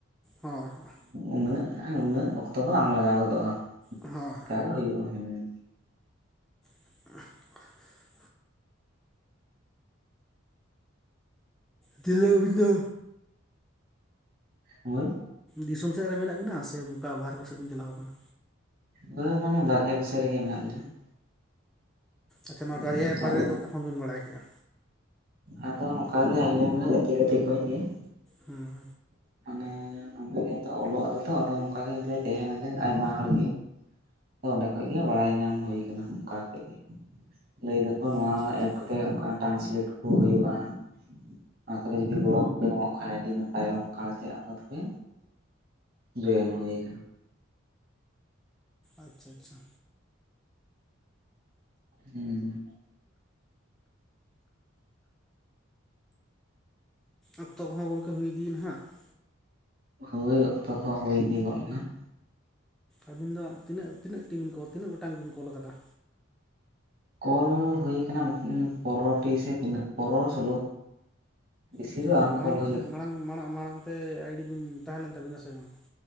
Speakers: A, in the centre; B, on the right.
A: ᱦᱳᱭ ᱦᱳᱭ ᱦᱳᱭ
B: ᱩᱱᱟᱹᱜ ᱩᱱᱟᱹᱜ ᱚᱠᱛᱚ ᱫᱚ ᱵᱟᱝ ᱞᱟᱜᱟᱣ ᱜᱚᱫᱚᱜᱼᱟ
A: ᱦᱩᱸ
B: ᱛᱟᱦᱚᱞᱮ ᱦᱩᱭᱩᱜᱼᱟ ᱦᱮᱸ
A: <unintelligible> ᱛᱤᱱᱟᱝ ᱟᱵᱤᱱ ᱫᱚ
B: ᱦᱚᱭ
A: ᱫᱤᱥᱚᱢ ᱥᱮᱫ ᱨᱮ ᱢᱮᱱᱟᱜ ᱵᱤᱱᱟ ᱥᱮ ᱚᱱᱠᱟ ᱵᱟᱦᱨᱮ ᱠᱚ ᱥᱮᱫ ᱵᱤᱱ ᱪᱟᱞᱟᱣ ᱟᱠᱟᱱᱟ?
B: ᱦᱚᱭ ᱢᱟᱱᱮ ᱵᱟᱨᱦᱮ ᱠᱚᱥᱮᱫ ᱨᱮᱜᱮ ᱢᱮᱱᱟᱜ ᱞᱤᱧᱟ ᱾
A: ᱟᱪᱪᱷᱟ ᱱᱚᱣᱟ ᱠᱟᱨᱭᱟ
B: ᱜᱮ
A: ᱮᱯ ᱵᱟᱨᱮ ᱫᱚ ᱚᱠᱟ ᱠᱷᱚᱱ ᱵᱤᱱ ᱵᱟᱲᱟᱭ ᱠᱮᱫᱼᱟ?
B: ᱟᱫᱚ ᱱᱚᱝᱠᱟ ᱜᱮ ᱟᱞᱮ ᱢᱟᱱᱮ ᱜᱟᱛᱮ ᱜᱟᱛᱮ ᱠᱷᱚᱡ ᱜᱮ ᱾
A: ᱦᱩᱸ
B: ᱢᱟᱱᱮ ᱚᱸᱰᱮ ᱜᱮᱛᱚ ᱚᱞᱚᱜ ᱟᱞᱮ ᱛᱚ ᱟᱫᱚ ᱚᱱᱠᱟ ᱜᱮ ᱛᱟᱦᱮᱸᱱᱟᱞᱮ ᱟᱭᱢᱟ ᱦᱚᱲ ᱜᱮ ᱟᱫᱚ ᱚᱰᱮ ᱠᱷᱚᱡ ᱵᱟᱲᱟᱭ ᱧᱟᱢ ᱦᱩᱭ ᱟᱠᱟᱱᱟ ᱚᱱᱠᱟ ᱠᱟᱛᱮ ᱜᱮ ᱞᱟᱹᱭ ᱫᱟᱠᱚ ᱱᱚᱣᱟ
A: ᱟᱪᱪᱷᱟ ᱟᱪᱪᱷᱟ
B: ᱮᱯ ᱠᱟᱛᱮ ᱴᱨᱟᱱᱥᱞᱮᱴ ᱠᱚ ᱦᱩᱭᱩᱜᱼᱟ <inaudible> ᱚᱱᱟ ᱠᱚᱨᱮ ᱡᱩᱫᱤ ᱜᱚᱲᱚ ᱠᱚᱯᱮ ᱮᱢᱚᱜ ᱠᱷᱟᱱ ᱟᱹᱰᱤ ᱱᱟᱯᱟᱭ ᱚᱜᱼᱟ ᱟᱫᱚ ᱛᱚᱵᱮ ᱡᱚᱭᱮᱱ ᱦᱩᱭᱩ ᱟᱠᱟᱱᱟ ᱾
A: ᱟᱪᱪᱷᱟ ᱟᱪᱪᱷᱟ
B: ᱦᱩᱸ
A: ᱚᱠᱛᱚ ᱠᱚᱦᱚᱸ ᱜᱚᱝᱠᱮ ᱦᱩᱭ ᱤᱫᱤ ᱮᱱᱟ ᱱᱟᱦᱟᱜ ᱾
B: ᱦᱩᱭ ᱚᱠᱛᱚ ᱠᱚᱦᱚ ᱦᱩᱭ ᱤᱫᱤ ᱜᱚᱫ ᱮᱱᱟ ᱾
A: ᱟᱹᱵᱤᱱ ᱫᱚ ᱛᱤᱱᱟᱹᱜ ᱛᱤᱱᱟᱹᱜ ᱴᱤ ᱠᱚᱞ ᱛᱤᱱᱟᱹᱜ ᱜᱚᱴᱟᱝ ᱵᱤᱱ ᱠᱚᱞ ᱟᱠᱟᱫᱟ?
B: ᱠᱚᱞ ᱦᱩᱭ ᱟᱠᱟᱱᱟ ᱯᱚᱸᱫᱽᱨᱚ ᱴᱤ ᱥᱮ ᱛᱤᱱᱟᱹᱜ ᱯᱚᱸᱫᱽᱨᱚ ᱥᱳᱞᱳ᱾ ᱵᱮᱥᱤ
A: ᱟᱪᱪᱷᱟ
B: ᱫᱚ
A: ᱟᱪᱪᱷᱟ
B: ᱵᱟᱝ
A: ᱢᱟᱲᱟᱝ
B: ᱠᱚᱞ
A: ᱠᱚᱛᱮ
B: ᱦᱩᱭ
A: ᱢᱟᱲᱟᱝ ᱢᱟᱲᱟᱝ ᱢᱟᱲᱟᱝ ᱛᱮ ᱟᱭᱰᱤ ᱵᱤᱱ ᱛᱟᱦᱮᱸ ᱞᱮᱱ ᱛᱟᱵᱤᱱᱟ ᱥᱮ ᱵᱟᱝ?